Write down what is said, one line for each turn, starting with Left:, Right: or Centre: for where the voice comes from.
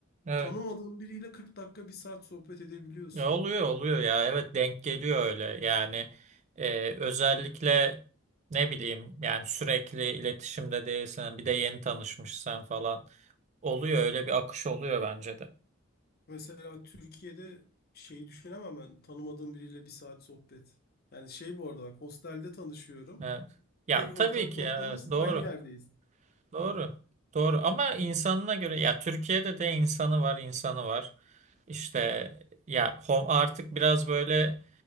Right: Evet.
Left: tanımadığın biriyle 40 dakika bir saat sohbet edebiliyorsun.
Right: E, Oluyor oluyor ya. Evet denk geliyor öyle. Yani e, özellikle ne bileyim yani sürekli iletişimde değilsen bir de yeni tanışmışsan falan oluyor öyle bir akış oluyor bence de.
Left: Mesela Türkiye'de şey düşünemem ben tanımadığım biriyle bir saat sohbet. Yani şey bu arada bak hostelde tanışıyorum.
Right: Evet. Ya
Left: Tek
Right: tabii
Left: ortak
Right: ki
Left: noktamız
Right: evet, doğru.
Left: aynı yerdeyiz.
Right: Doğru. Doğru ama insanına göre ya Türkiye'de de insanı var, insanı var. İşte ya hom- artık biraz böyle